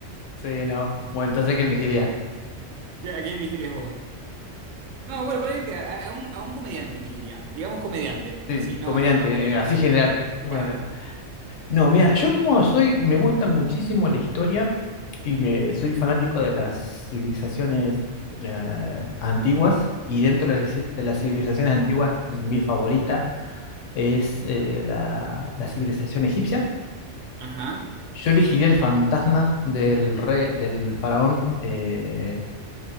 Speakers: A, on the left (about 80°); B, on the right (about 90°).
A: Sí, no. Bueno, entonces, ¿quién elegiría?
B: Ya, ¿a quién elegirías vos? No, bueno, parece que a, a un, a un comediante elegiría. Digamos comediante, así
A: Sí,
B: no,
A: comediante,
B: no hablamos de nombre.
A: eh, así general. Bueno.
B: Claro.
A: No, mira, yo como soy, me gusta muchísimo la historia y me soy fanático de las civilizaciones eh, antiguas. Y dentro de las de las civilizaciones antiguas, mi favorita es eh, la, la civilización egipcia.
B: Ajá,
A: Yo elegiría el fantasma del rey, del faraón eh,